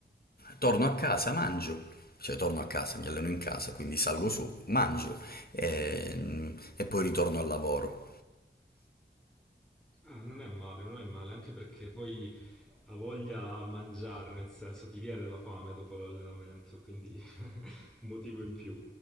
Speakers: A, on the left; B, in the centre.
A: torno a casa, mangio, cioè torno a casa, mi alleno in casa, quindi salgo su, mangio e, e poi ritorno al lavoro.
B: Ah, non è male, non è male, anche perché poi ha voglia a mangiare, nel senso ti viene la fame dopo l'allenamento, quindi <laughs> un motivo in più